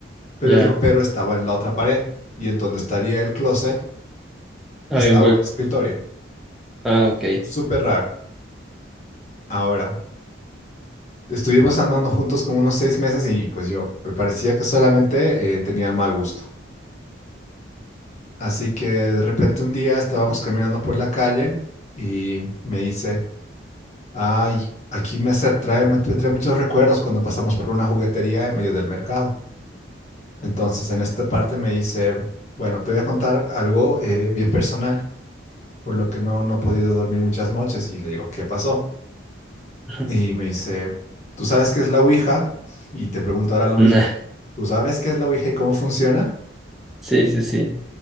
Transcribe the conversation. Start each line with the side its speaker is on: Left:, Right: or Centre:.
Left: pero
Centre: Ya,
Left: el ropero estaba en la otra pared, y en donde estaría el closet
Centre: había
Left: estaba
Centre: un hueco.
Left: un escritorio.
Centre: Ah, ok.
Left: Súper raro. Ahora, estuvimos andando juntos como unos seis meses y pues yo me parecía que solamente eh, tenía mal gusto. Así que de repente un día estábamos caminando por la calle y me dice, ay, aquí me hace- trae, mu- me trae muchos recuerdos cuando pasamos por una juguetería en medio del mercado. Entonces en esta parte me dice, bueno, te voy a contar algo eh, bien personal, por lo que no, no he podido dormir muchas noches y le digo, ¿qué pasó?
Centre: <laughs>
Left: Y me dice, ¿tú sabes qué es la Ouija? Y te pregunto ahora lo
Centre: Nah,
Left: mismo, ¿tú sabes qué es la Ouija y cómo funciona?
Centre: sí, sí, sí.